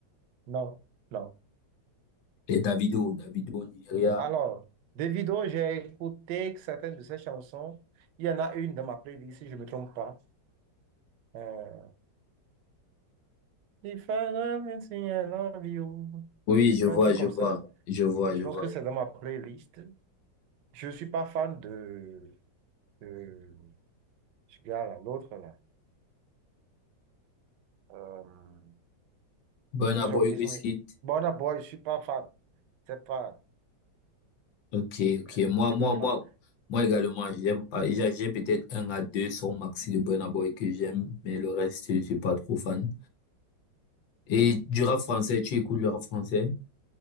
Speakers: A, on the right; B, on the left.
A: non, non.
B: les Davido, Davido Nigeria.
A: Alors, Davido, j'ai écouté certaines de ses chansons. Il y en a une dans ma playlist, si je ne me trompe pas. Euh, If I love you, say I love you.
B: Oui, je
A: Il
B: vois,
A: y a un truc
B: je
A: comme
B: vois,
A: ça.
B: je vois,
A: Je
B: je
A: pense
B: vois.
A: que c'est dans ma playlist. Je ne suis pas fan de, de ce gars-là, l'autre là. Euh,
B: Burna
A: j'ai
B: Boy,
A: oublié
B: Wizkid.
A: son nom. Burna Boy, je ne suis pas fan. C'est pas.
B: Ok, ok.
A: euh, Je ne
B: Moi,
A: suis
B: moi,
A: pas fan.
B: moi, moi également, j'aime pas. J'ai j'ai peut-être un à deux sons maxi de Burna Boy que j'aime, mais le reste, je suis pas trop fan. Et du rap français, tu écoutes le rap français?